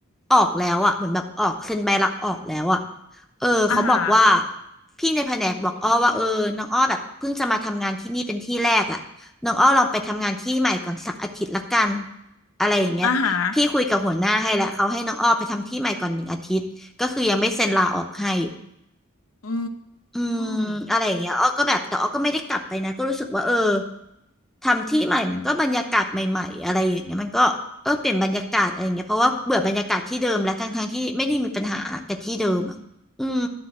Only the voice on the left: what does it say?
อาหาร
อาหารอื
ม